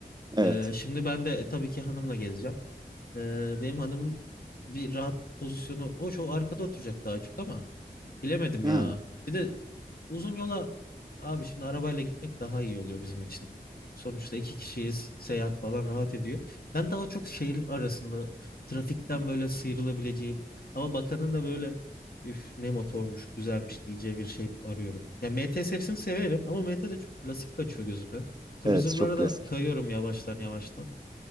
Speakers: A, on the right; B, on the left.
A: evet.
B: Ee, şimdi ben de e, tabii ki hanımla gezeceğim. Ee, benim hanımın bir rahat pozisyonu. Hoş o arkada oturacak daha çok ama bilemedim
A: Yani
B: ya. Bir de Uzun yola abi şimdi arabayla gitmek daha iyi oluyor bizim için. Sonuçta iki kişiyiz. Seyahat falan rahat ediyor. Ben daha çok şehir arasında trafikten böyle sıyrılabileceğim ama bakanın da böyle üf ne motormuş güzelmiş diyeceği bir şey arıyorum. Ya MT serisini severim ama MT de çok klasik kaçıyor gözüme. Cruiser'lara
A: evet çok klasik.
B: da kayıyorum yavaştan yavaştan.